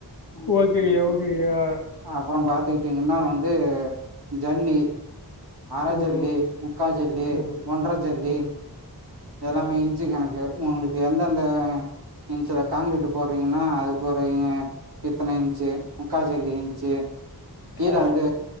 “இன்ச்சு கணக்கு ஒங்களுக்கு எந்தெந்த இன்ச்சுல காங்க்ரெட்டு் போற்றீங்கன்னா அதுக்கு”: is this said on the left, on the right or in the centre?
Right